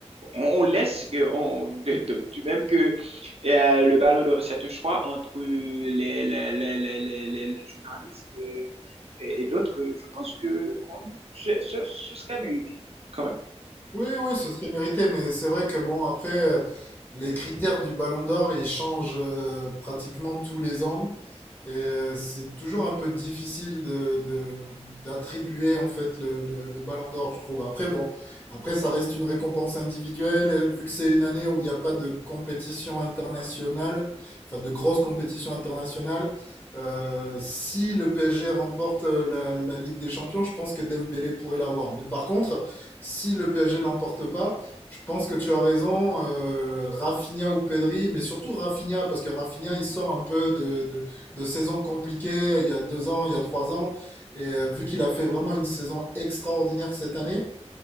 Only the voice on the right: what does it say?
on, on laisse que on, de- de- du même que euh, le Ballon d'Or c'est un choix entre les, les, les, les, les, les- les journalistes euh, et, et d'autres. Je pense que qu'on- ce, ce ce serait mérité quand même.